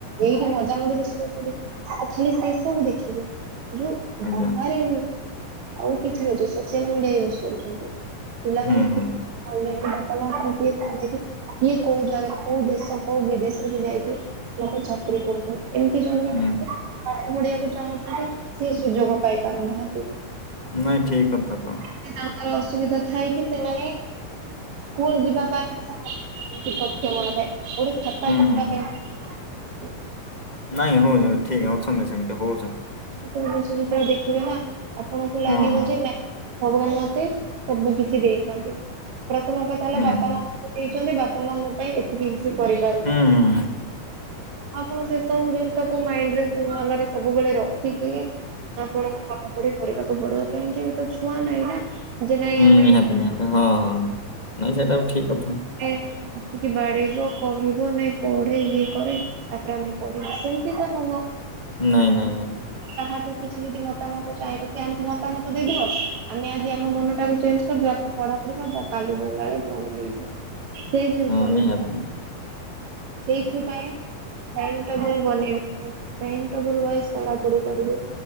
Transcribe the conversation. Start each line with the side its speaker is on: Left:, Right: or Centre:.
Right: ଏଇଠି ମଜା ମଜ୍ଲିସ୍ କରୁଛନ୍ତି ଆଉ ଖାଲି ସେଇ ସବୁ ଦେଖିବେ ଯୋଉ
Left: ଆଜ୍ଞା
Right: ବାହାରେ ଆଉ କିଛି ଅଛି ସୋସିଆଲ ମିଡିଆ ୟୁଜ କରୁଛନ୍ତି ପିଲାମାନେ
Left: ହୁଁ ହୁଁ
Right: କିଏ ଅନଲାଇନ୍ ରେ <unintelligible> କିଏ କୋଉ ଜାଗାରେ କୋଉ ଦେଶ କୋଉ ବିଦେଶରେ ବି ଯାଇକି ଲୋକ ଚାକିରୀ କରିକି ଏମତି ଜଣେ ଜଣେ
Left: ନିହାତି
Right: ପାଠ ପଢିବାକୁ ଚାହୁଁଚନ୍ତି ସେ ସୁଯୋଗ ପାଇ ପାରୁନାହାନ୍ତି।
Left: ନାଇଁ ଠିକ୍ କଥା ତ।
Right: ସିଏ ତାଙ୍କର ଅସୁବିଧା ଥାଏକି ସେମାନେ ସ୍କୁଲ ଯିବା ପାଇଁ ସେମା ସକ୍ଷମ ନଥାଏ ଗୋଟେ ଖାତା
Left: ହୁଁ
Right: କିଣିବା
Left: ହୁଁ ହୁଁ
Right: ପାଇଁ।
Left: ନାଇଁ ହଉ ଠିକ ଅଛନ୍ତି ସେମିତି ହଉଛନ୍ତି।
Right: ତଷ ଯେତବେଳେ ଦେଖିବା ନା ଆପଣଙ୍କୁ ଲାଗିବ
Left: ହଁ ହଁ
Right: ଯେ ନା ଭଗବାନ ମତେ ସବୁ କିଛି ଦେଇଛନ୍ତି। ପ୍ରଥମ କଥା ହେଲା
Left: ନିହାତି
Right: ବାପା
Left: ହୁଁ
Right: ମା ଦେଇଛନ୍ତି ବାପା ମା ମୋ ପାଇଁ ଏତିକି କିଛି କରିପାରୁଛନ୍ତି।
Left: ହୁଁ ହୁଁ
Right: ଆପଣ ସେ ସବୁ ଜିନିଷକୁ ମାଇଣ୍ଡରେ ମନରେ ସବୁବେଳେ ରଖିକି ଆପଣଙ୍କୁ କାମକରି କରିବାକୁ ପଡିବ। କାହିଁକି ବି ତ ଛୁଆ ନାହିଁ ନା। ଯେ ନାଇଁ
Left: ହୁଁ
Right: ଆମେ
Left: ନିହାତି ନିହାତି ହଁ ହଁ, ନାଇଁ ସେଇଟା ଠିକ କଥା।
Right: ଆସିକି ବାଡେଇବ କହିବ ନାଇଁ ପଢେ ଇଏ କରେ ତାପରେ ଆମେ ପଡିଲୁ ସେମତି ତ ନୁହଁ।
Left: ନାଇଁ ନାଇଁ ନାଇଁ।
Right: କାହାଠୁ କିଛି ଯଦି ମତାମତ ଚାହିଁବା ସେ ଆମତି ମତାମତ ଦେଇଦବ, ଆମେ ଆଜି ଆମ ମନ ଟାକୁ ଚେଞ୍ଜ କରିଦବା ପଢା ପଢି କରିଦବା କାଲି ଗଲା ବଳେ ପୁ ସେଇ ଜିନିଷ
Left: ହଁ
Right: ନୁହ,
Left: ନିହାତି ନିହାତି
Right: ସେଇଥିପାଇଁ ଟାଇମ୍ ଟେବୁଲ ବନେଇବି, ଟାଇମ ଟେବୁଲ ୱାଇଜ୍ ପଢାପଢି କରିବି।